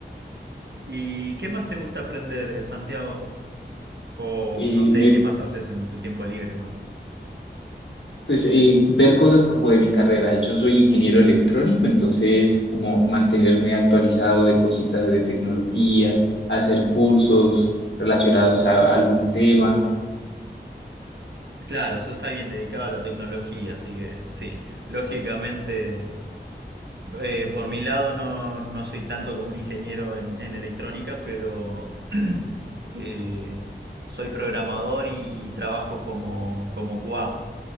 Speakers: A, on the right; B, on the left.
A: ¿Y qué más te gusta aprender, eh, Santiago? O
B: Eh,
A: no sé,
B: me,
A: ¿qué más haces en tu tiempo libre cuando...
B: Pues eh, ver cosas como de mi carrera. Yo soy ingeniero electrónico, entonces como mantenerme actualizado de cositas de tecnología, hacer cursos relacionados a, a algún tema.
A: Claro, sos alguien dedicado a la tecnología, así que sí, lógicamente, eh, por mi lado no, no soy tanto como un ingeniero en, en electrónica, pero <clears throat> eh, soy programador y trabajo como, como QA.